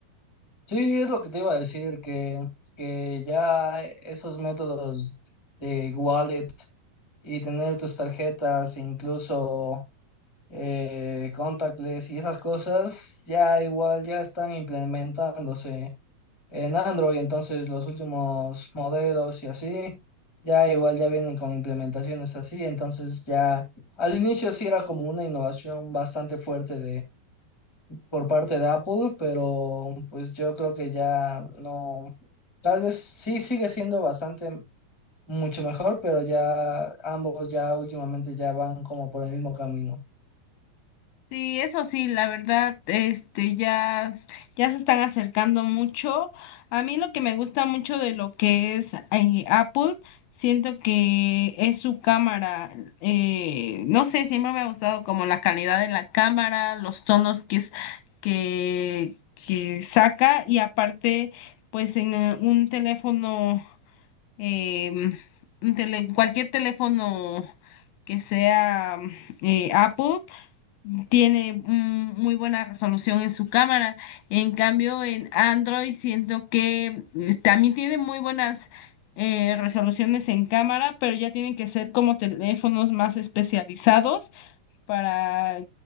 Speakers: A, on the left; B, on the left.
A: Sí, es lo que te iba a decir, que, que ya esos métodos de wallet y tener tus tarjetas, incluso eh, contactless y esas cosas, ya igual ya están implementándose en Android. Entonces los últimos modelos y así, ya igual ya vienen con implementaciones así. Entonces ya al inicio sí era como una innovación bastante fuerte por parte de Apple, pero pues yo creo que ya no, tal vez sí sigue siendo bastante mucho mejor, pero ya ambos ya últimamente ya van como por el mismo camino.
B: Sí, eso sí, la verdad, este, ya, ya se están acercando mucho. A mí lo que me gusta mucho de lo que es eh, Apple, siento que es su cámara. Eh, no sé, siempre me ha gustado como la calidad de la cámara, los tonos que es, que, que saca y aparte, pues en eh, un teléfono, em, un tele- cualquier teléfono que sea eh, Apple tiene mm, muy buena resolución en su cámara. En cambio, en Android siento que eh, también tiene muy buenas eh, resoluciones en cámara, pero ya tienen que ser como teléfonos más especializados para